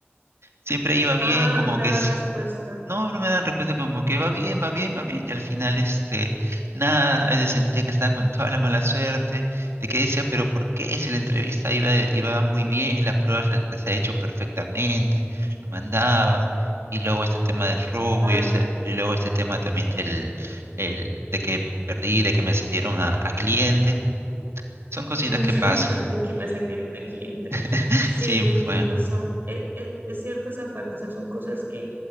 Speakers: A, on the right; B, on the right.
A: Siempre iba bien,
B: Ah,
A: como
B: no te
A: que
B: daban
A: sí,
B: respuesta.
A: no, no me dan respeto, como que va bien, va bien, va bien, y al final, este, nada, a veces sentía que estaba con toda la mala suerte, de que decía, pero ¿por qué? Si la entrevista iba, iba muy bien, las pruebas se, se ha hecho perfectamente, lo mandaban, y luego este tema del robo,
B: Claro.
A: y, este, y luego este tema también del, el, de que perdí, de que me ascendieron a, a cliente, son cositas
B: <laughs>
A: que pasan.
B: De que me ascendieron a cliente.
A: <laughs>
B: Sí,
A: Sí,
B: yo entiendo,
A: pues,
B: son, e- e- es, cierto esa parte, o sea, son cosas que,